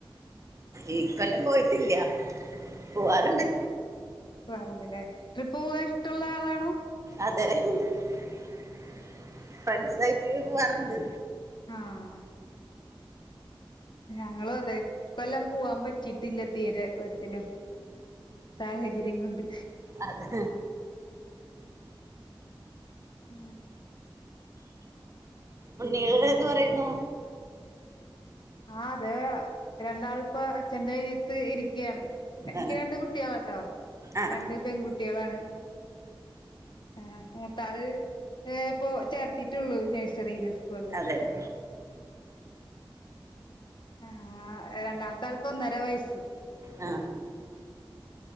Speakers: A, on the right; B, on the left.
A: ഈ കൊല്ലം പോയിട്ടില്ല പോവാറുണ്ട്
B: പോകാറുണ്ടല്ലേ ട്രിപ്പ് പോവാൻ ഇഷ്ടുള്ള ആളാണോ
A: അതെ <unintelligible> പോവാറുണ്ട്
B: ആഹ് ഞങ്ങളും അതെ ഈ കൊല്ലം പോവാൻ പറ്റിയിട്ടില്ല തീരെ ഒത്തില്ലാ സാഹചര്യം കൊണ്ട്
A: അതെ
B: ഉം പിന്നെന്താ
A: ഉണ്ണീകള് എന്ത് പറയുന്നു
B: ആഹ അതെ രണ്ടാളിപ്പൊ അച്ഛന്റെറെ കയ്യിലത്തു ഇരിക്കുകയാണ് എനിക്ക്
A: ആ,
B: രണ്ട് കുട്ടികളട്ടോ
A: ആ
B: രണ്ട് പെൺകുട്ടികളാണ് ആ് മൂത്താള് ഇപ്പ ചേർത്തിട്ടുള്ളൂ നഴ്സറീല് സ്കൂൾ
A: അതെ <unintelligible>
B: ആ രണ്ടാമത്തെ ആൾക്ക് ഒന്നര വയസ്സു
A: ആ